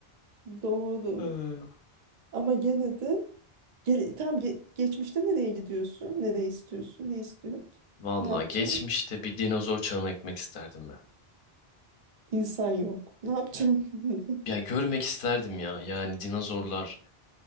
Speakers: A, on the right; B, on the left.
A: Doğru.
B: Hı.
A: Ama gene de gele, tam ge- geçmişte nereye gidiyorsun? Nereye istiyorsun? Ne istiyorsun?
B: Vallahi
A: Ne yapacaksın?
B: geçmişte bir dinozor çağına gitmek isterdim
A: İnsan yok. Ne yapacaksın? <laughs>
B: Ya görmek isterdim ya. Yani dinozorlar,